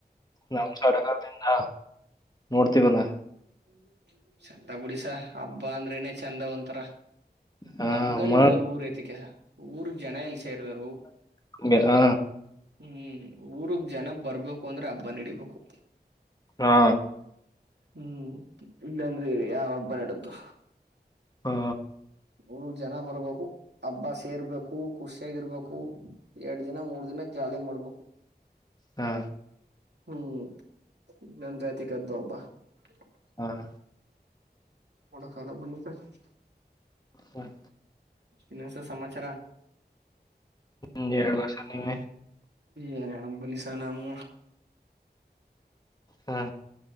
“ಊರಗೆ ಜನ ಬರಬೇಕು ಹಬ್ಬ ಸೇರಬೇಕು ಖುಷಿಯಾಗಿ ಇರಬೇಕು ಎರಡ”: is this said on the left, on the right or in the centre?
Right